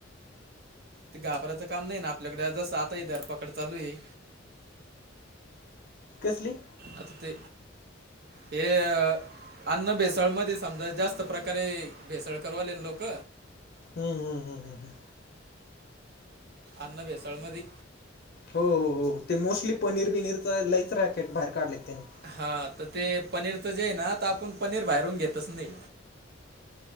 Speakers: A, on the right; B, on the left.
A: ते घाबरायचं काम नाही ना आपल्याकडे ज स आता आहे धरपकड चालू आहे.
B: कसली.
A: आत ते हे. अन्न भेसळमध्ये समजा जास्त प्रकारे भेसळकरूवाले लोक.
B: हम् हम हम हम हम.
A: अन भेसळ मधी.
B: हो हो हो ते मोस्टली पनीर बिनीरच लईच रॅकेट बाहेर काढलेत त्यानी.
A: हा तर ते पनीरच जे आहे ना, तर आपण पनीर बाहेरून तर घेतच नाही.